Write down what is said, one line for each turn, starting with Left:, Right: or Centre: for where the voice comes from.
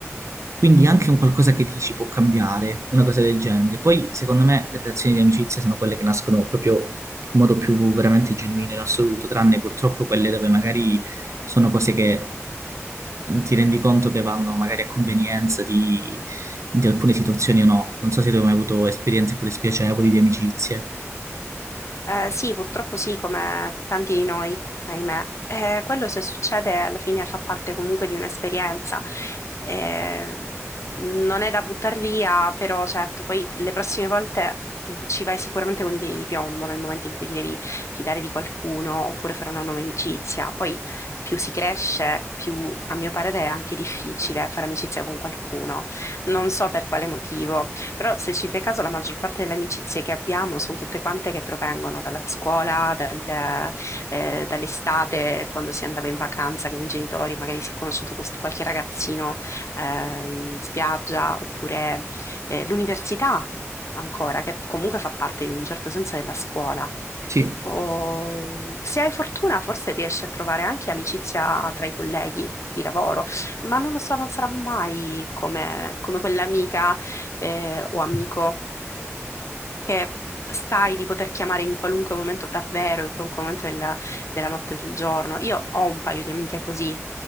Right: Quindi anche un qualcosa che dici può cambiare, una cosa del genere. Poi, secondo me, le relazioni di amicizia sono quelle che nascono proprio in modo più veramente genuino in assoluto, tranne purtroppo quelle dove magari sono cose che mm, ti rendi conto che vanno magari a convenienza di, di alcune situazioni o no. Non so se tu hai mai avuto esperienze pure spiacevoli di amicizie.
Left: Eh, sì, purtroppo sì, come tanti di noi, ahimè. Eh, quello se succede alla fine fa parte comunque di un'esperienza. Eh, non è da buttare via, però certo, poi le prossime volte ci vai sicuramente con i piedi di piombo nel momento in cui ti devi fidare di qualcuno oppure fare una nuova amicizia. Poi più si cresce, più a mio parere è anche difficile fare amicizia con qualcuno. Non so per quale motivo. Però se ci fai caso, la maggior parte delle amicizie che abbiamo sono tutte quante che provengono dalla scuola, dal, eh, dall'estate, quando si andava in vacanza con i genitori, magari si è conosciuto quest- qualche ragazzino eh, in spiaggia, oppure eh, l'università ancora, che comunque fa parte in un certo senso della scuola
Right: Sì.
Left: o se hai fortuna forse riesci a trovare anche amicizia tra i colleghi di lavoro, ma non lo so, non sarà mai come, come quell'amica eh, o amico che sai di poter chiamare in qualunque momento, davvero, in qualunque momento della, della notte e del giorno. Io ho un paio di amiche così,